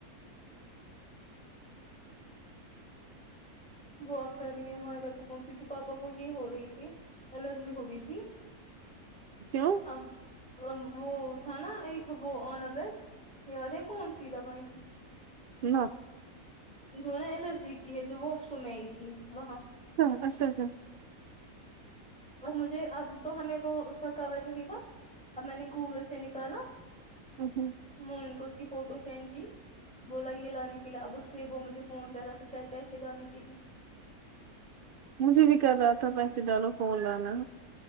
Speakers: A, in the centre; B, on the right (about 75°).
A: وہ آپ کر رہی ہیں ماءرہ کو فون کیونکہ پاپا کو یہ ہو رہی تھی الرجی ہوگی تھی
B: کیوں
A: ا وہ وہ تھا نا ایک وہ الا بیرٹ یاد ہے کون سی دوائی
B: نہ
A: جو ہے نا الرجی کی ہے جو واش روم میں آئی تھی وہاں
B: اچھا اچھا اچھا
A: اب مجھے اب تو ہمیں وہ اس کا کور نہیں تھا اب میں نے گوگل سے نکالا
B: ہ ہوں
A: میں ان کو اس کی فوٹو سینڈ کی بولا یہ لانے کے لیے اب اس لیے وہ مجھے فون کر رہا تھا شاید پیسے ڈالنے کے لیے
B: مجھے بھی کر رہا تھا پیسے ڈالو فون لانا